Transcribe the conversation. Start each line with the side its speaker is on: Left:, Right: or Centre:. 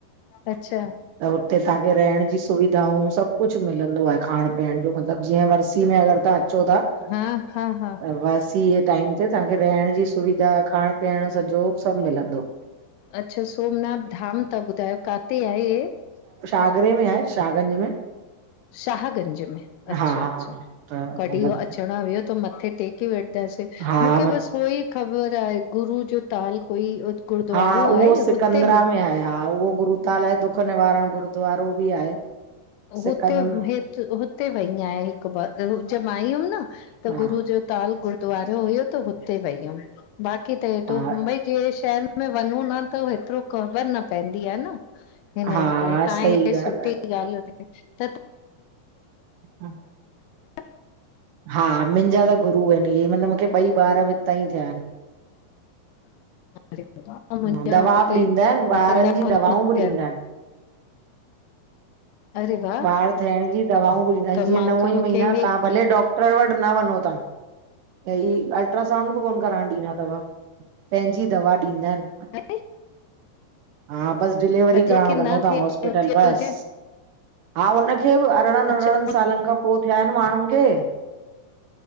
Left: अच्छा
Right: त हुते असांखे रहण जी सुविधाऊं, सभ कुछ मिलंदो आहे खाइण पीअण जो, मतलब जीअं वर्सी में अगर तां अचो ता, त
Left: हा हा हा
Right: वर्सीअ जे टाइम ते, तांखे रहण जी सुविधा ऐं खाइण पीअण सजो सभ मिलंदो।
Left: अच्छा, सोमनाथ धाम ता ॿुधायो, काथे आहे इये?
Right: आगरे में आहे। शागंज में।
Left: शाहगंज में, अच्छा-अच्छा,
Right: हा हा त
Left: कॾहिं
Right: मतिलबु
Left: अचण वियो त मथे टेक टेके वठदासे,
Right: हा
Left: मूंखे बस उओई ख़बर आहे गुरू जो ताल कोई गुरुद्वारो
Right: हा उहो
Left: आहे
Right: सिकंदरा
Left: हुते बि
Right: में आहे, हा उहो गुरूताल आए, दुख निवारण गुरूद्वारो बी आहे। सिकन
Left: हुते हेत हुते वई आयां हिक बार, जे मां आई हुयम न, त
Right: हा
Left: गुरू जो ताल गुरुद्वारा हुयो त हुते वई हुयम, बाक़ी त हेॾो
Right: हा
Left: मुंबई जेड़े शहर में में वनू न त हेतरो ख़बर न पैंदी आ न। हिन लाइ,
Right: हा
Left: तां
Right: सही
Left: एॾी
Right: ॻाल्हि
Left: सुठी ॻाल ॿुधाई त
Right: आहे।
Left: <unintelligible>
Right: हा मिंजा त गुरू आहिन इहे, मतलब मूंखे ॿई ॿार हितां ई थिया आहिन।
Left: <unintelligible>
Right: हा, दवा बि ॾींदा आहिनि ॿारनि जी दवाऊं बि ॾींदा आहिनि।
Left: अरे वाह
Right: ॿार थियण जी दवाऊं बी ॾींदा आहिन,
Left: त
Right: जीअं
Left: मां
Right: नव ई
Left: मूंखे
Right: महीना तव्हां
Left: हे
Right: भले डॉक्टर वट न वञो तां। ऐं ई अल्ट्रासाउंड बी कोन कराइण ॾींदा तव, पैंजी दवा ॾींदा आहिन।
Left: <inaudible>
Right: हा, बस डिलीवरी कराइण
Left: जेके न
Right: वञो तां
Left: थे
Right: हॉस्पिटल
Left: थियो
Right: बस।
Left: हुजे
Right: हा हुनखे बि अरिड़हनि
Left: अच्छा
Right: अरिड़हनि सालनि खां पोइ थिया आहिनि माण्हुनि खे